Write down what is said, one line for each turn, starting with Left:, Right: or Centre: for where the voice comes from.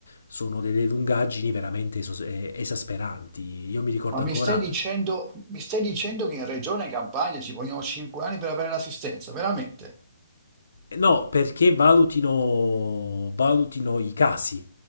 Left: sono delle lungaggini veramente esos- eh, esasperanti. Io mi ricordo
Right: Ma
Left: ancora
Right: mi stai dicendo, mi stai dicendo che in Regione Campania ci vogliono cinque anni per avere l'assistenza, veramente?
Left: No, perché valutino, valutino i casi.